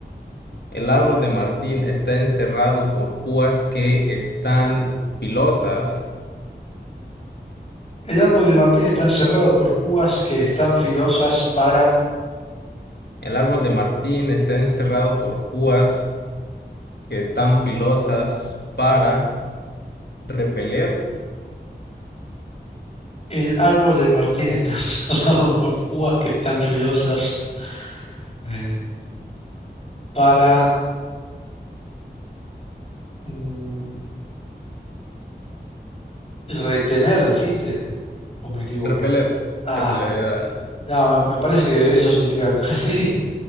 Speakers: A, on the left; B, on the left.
A: el árbol de Martín está encerrado por púas que están filosas,
B: el árbol de Martín está encerrado por púas que están filosas para
A: el árbol de Martín está encerrado por púas que están filosas para repeler,
B: El árbol de Martín está <laughs> cerrado por púas que están filosas eh, para mm, retener, dijiste, ¿o me equivoco?
A: repeler,
B: Ah,
A: repeler era-
B: no, me, me parece que eso significa que perdí. <laughs>